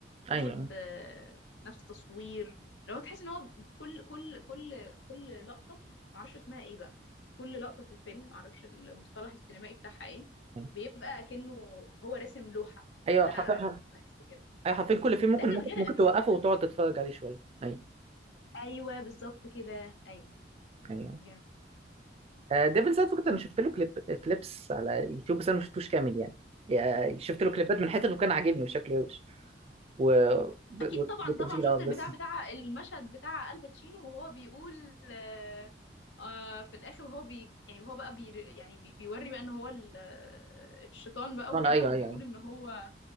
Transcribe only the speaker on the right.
ايوه
ايوه
ايوه
حرفيا
ايوه حرفيا كل فيلم ممكن
ممكن
ممكن
توقفه
وتقعد
تتفرج عليه شويه ايوه
ايوه
آه ديفل زاد فكرة انا شفت له كليب كليبس على يوتيوب بس انا ما شفتوش كامل يعني آه، شفت له كليبات من حتت وكان عاجبني وشكله روش و... و...
والتمثيل
اه بس
انا ايوه
ايوه ايوه